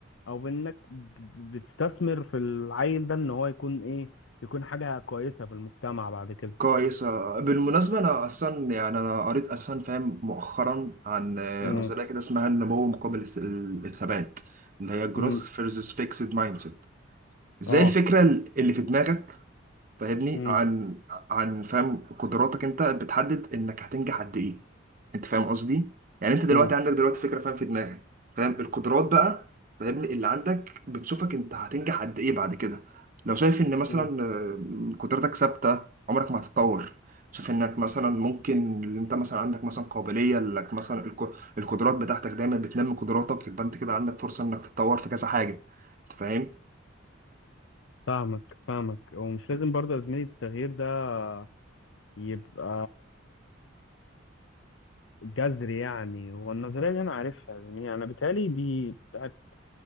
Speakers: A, on the left (about 70°); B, on the right (about 40°).
A: او بين انك ب- بتستثمر في العيل ده ان هو يكون ايه يكون حاجة كويسة في المجتمع بعد كده
B: كويسة بالمناسبة أنا أصلا يعني أنا قريت أساسا فاهم مؤخرا عن آه،
A: امم
B: نظرية كده اسمها النمو مقابل الث- الثبات اللي هي Growth
A: امم
B: versus Fixed Mindset زي
A: اه
B: الفكرة اللي في دماغك فاهمني
A: امم
B: عن عن فاهم قدراتك انت بتحدد انك هتنجح قد ايه انت فاهم قصدي يعني انت دلوقتي
A: امم
B: عندك دلوقتي فكره فاهم في دماغك فاهم القدرات بقى فاهمني اللي عندك بتشوفك انت هتنجح قد ايه بعد كده لو شايف ان مثلا
A: امم
B: آه، قدرتك ثابته عمرك ما هتتطور شايف انك مثلا ممكن اللي انت مثلا عندك مثلا قابليه انك مثلا الق- القدرات بتاعتك دايما بتنمي قدراتك يبقى انت كده عندك فرصه انك تتطور في كذا حاجه انت فاهم
A: فاهمك فاهمك ومش لازم برضه يا زميلي التغيير ده يبقى جذر يعني هو النظرية دي أنا عارفها يعني أنا بيتهيألي دي بتاعت